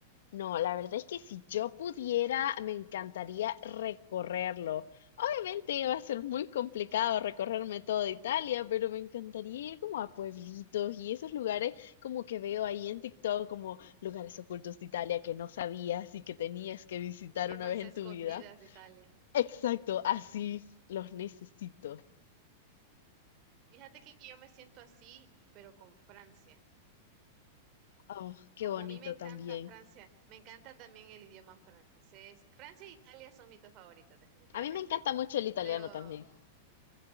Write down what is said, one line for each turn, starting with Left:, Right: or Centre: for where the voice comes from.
Left: No, la verdad es que si yo pudiera, me encantaría recorrerlo. Obviamente va a ser muy complicado recorrerme toda Italia, pero me encantaría ir como a pueblitos y esos lugares como que veo ahí en TikTok, como lugares ocultos de Italia que no sabías y que tenías que visitar
Right: Gemas
Left: una vez en
Right: escondidas
Left: tu vida.
Right: de Italia.
Left: Exacto, así los necesito.
Right: Fíjate que yo me siento así, pero con Francia.
Left: Oh, qué
Right: Como
Left: bonito
Right: a mí me encanta
Left: también.
Right: Francia, me encanta también el idioma francés. Francia e Italia son mis dos favoritos, definitivamente.
Left: A mí me encanta mucho el italiano
Right: Pero a
Left: también.